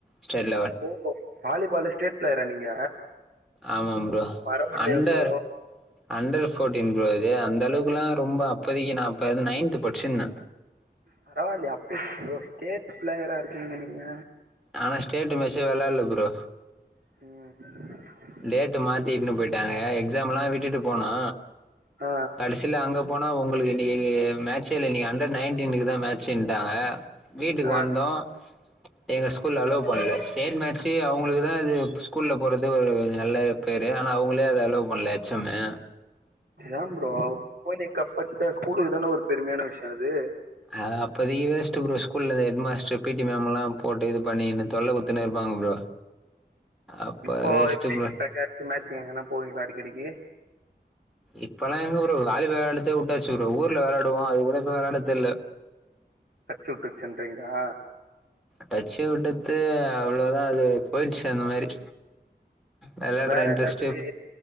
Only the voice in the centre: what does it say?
ஸ்டேட் லெவல்
ஆமாம் bro
under
under fourteen bro அது அந்தளவுக்குலா ரொம்ப அப்போதிக்கு நா அப்ப நைன்த்து படிச்சிந்தே
ஆனா ஸ்டேட்டு மேச்சே வெளால்ல ப்ரோ
டேட்டு மாத்திட்னு போயிட்டாங்க எக்ஸாம்லா விட்டுட்டுப் போனோ
கடைசில அங்கப் போனா உங்குளுக்கு இன்னகி மேட்சே இல்ல இன்னகி அண்டர்ட் நைன்டீனுக்குதா மேட்ச்சின்டாங்க வீட்டுகு
வந்தோ எங்க ஸ்கூல்ல அலோவ் பண்ல சேட் மேச்சி அவுங்ளுக்குதா இது இப்ப ஸ்கூல்ல போறது ஒரு நல்லப் பேரு ஆனா அவுங்களே அத அலோவ் பண்ல எச்சம்மே
அத அப்பதிகு யோஸ்ட்ட ப்ரோ ஸ்கூல்ல இந்த ஹெட் மாஸ்ட்ருப் பி டி மேம் எல்லாம் போட்டு இது பண்ணினு தொல்ல குத்துனு இருப்பாங்க ப்ரோ அப்ப
வேஸ்ட்டு
ப்ரோ
இப்பலா எங்க ப்ரோ வாலிபால் வெளாடுத்தே வுட்டாச்சு ப்ரோ ஊர்ல வெளாடுவோ அது கூட இப்ப வெளாடது இல்ல
டச்சி வுட்டுத்து அவ்ளோதா அது போயிட்ச்சு அந்த மாரி வெளாட்ற
இன்ட்ரெஸ்ட்டேப்